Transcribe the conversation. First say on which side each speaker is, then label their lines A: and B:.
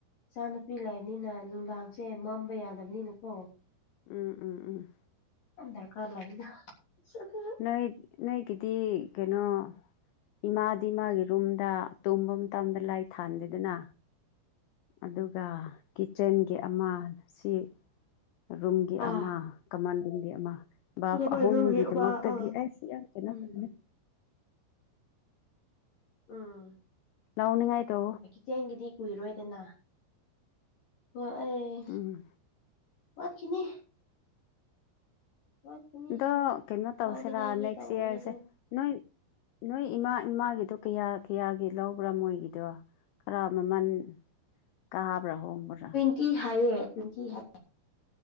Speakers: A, on the left; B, on the left.
A: ꯏꯆꯥ ꯅꯨꯨꯄꯤ ꯂꯩꯕꯅꯤꯅ ꯅꯨꯡꯗꯥꯡꯁꯦ ꯃꯝꯕ ꯌꯥꯗꯕꯅꯤꯅꯀꯣ
B: ꯎꯝ ꯎꯝ ꯎꯝ
A: ꯗꯔꯀꯔ ꯂꯩꯗ <unintelligible>
B: ꯅꯜꯠ ꯅꯠ ꯀꯤꯗꯤ ꯀꯩꯅꯣ ꯏꯃꯥꯗꯤ ꯃꯥꯒꯤ ꯔꯨꯝꯗ ꯇꯨꯝꯕ ꯃꯇꯝꯗ ꯂꯥꯏ ꯊꯥꯟꯗꯦꯗꯅ ꯑꯗꯨꯒ ꯀꯤꯠꯆꯟꯒꯤ ꯑꯃ ꯁꯤ ꯔꯨꯝꯒꯤ
A: ꯑꯥ
B: ꯑꯃ ꯀꯃꯟ ꯔꯨꯝꯒꯤ ꯑꯃ ꯚꯞ
A: ꯀꯃꯥꯏꯅꯧꯒꯤ
B: ꯑꯍꯨꯝꯒꯤꯗꯃꯛꯇꯗꯤ
A: ꯑꯃ ꯑꯥ
B: ꯑꯩꯁꯤ ꯌꯥꯝ ꯀꯩꯅꯣ
A: ꯎꯝ
B: ꯇꯧꯅꯤ
A: ꯎꯝ
B: ꯂꯎꯅꯤꯡ ꯉꯥꯏ ꯇ‌ꯧꯋ‌ꫭ
A: ꯆꯦꯡꯒꯤꯗꯤ ꯀꯨꯏꯔꯣꯏꯗꯅ ꯋꯥ ꯑꯩ
B: ꯎꯝ
A: ꯋꯥꯠꯈꯤꯅꯤ꯫ <unintelligible>
B: ꯑꯗꯣ
A: ꯈꯔ
B: ꯀꯩꯅꯣ ꯇꯧꯁꯤꯔꯥ
A: ꯂꯧꯅꯤꯡꯉꯥꯏꯒꯤ
B: ꯅꯦꯛꯁ
A: ꯇꯧꯕꯅꯤꯗꯣ
B: ꯏꯌꯥꯔꯁꯦ ꯅꯣꯏ ꯅꯣꯏ ꯏꯃꯥ ꯏꯃꯥꯒꯤꯗꯣ ꯀꯌꯥ ꯀꯌꯥꯒꯤ ꯂꯧꯕ꯭ꯔꯥ ꯃꯣꯏꯒꯤꯗꯣ꯫ ꯈꯔ ꯃꯃꯟ ꯀꯥꯕ꯭ꯔꯥ ꯍꯣꯡꯕ꯭ꯔꯥ꯫
A: ꯇꯤ ꯍꯥꯏꯌꯦ ꯇꫭ꯭ꯋ‌ꯦꯟꯇꯤ ꯍꯥꯏ